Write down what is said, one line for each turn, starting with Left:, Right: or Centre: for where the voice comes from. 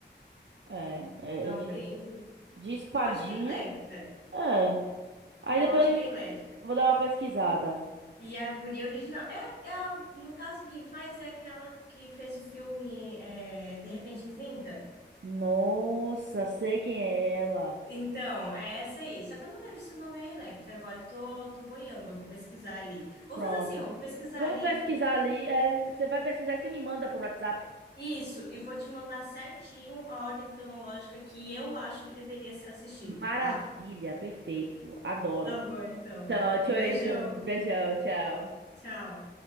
Right: É, é,
Left: Não
Right: é de,
Left: lembro.
Right: de espadinha.
Left: Eu acho que é Electra.
Right: É. Aí
Left: É,
Right: depois
Left: Eu acho que é Elétrica.
Right: vou dar uma pesquisada.
Left: E a guria original. É, é a- no caso, quem faz é aquela que fez o filme é, De Repente trinta
Right: Nossa, sei quem é ela.
Left: Então, é essa aí. Só que eu não lembro se o nome é Electra. Agora eu tô, tô boiando, eu vou pesquisar ali. Vou
Right: Pronto.
Left: fazer assim, ó, vou pesquisar
Right: Vamos
Left: ali.
Right: pesquisar ali. É, você vai pesquisar e você me manda por WhatsApp.
Left: Isso, e vou te mandar certinho a ordem cronológica que eu acho que deveria ser assistida,
Right: Maravilha,
Left: tá? <laughs>
Right: perfeito. Adoro.
Left: Tá bom, então.
Right: Então, tchau,
Left: Um beijão.
Right: então, beijão, tchau.
Left: Tchau.